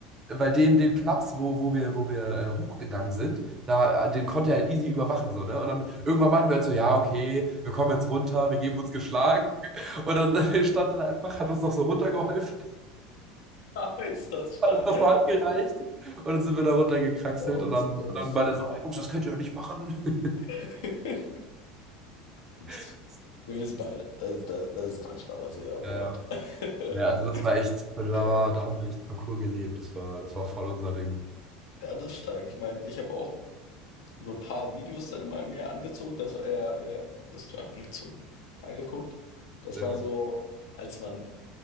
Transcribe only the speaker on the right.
weil den, den Platz, wo, wo wir, wo wir äh, hochgegangen sind, da, äh, den konnte er halt easy überwachen, so, ne? Und dann irgendwann meinten wir halt so, ja, okay, wir kommen jetzt runter, wir geben uns geschlagen. Und dann <laughs> äh, stand er da einfach, hat uns noch so runtergeholfen,
<laughs>
hat uns noch so Hand gereicht. Und dann sind wir da runtergekraxelt
und dann,
dann meinte er so, "Ey, Jungs, das könnt ihr doch nicht machen. <laughs>
Das ist
witzig.
Ja, ja.
Ja, also das war echt, da war,
da haben wir echt Parcours gelebt. Das war, das war voll unser Ding.
Ja,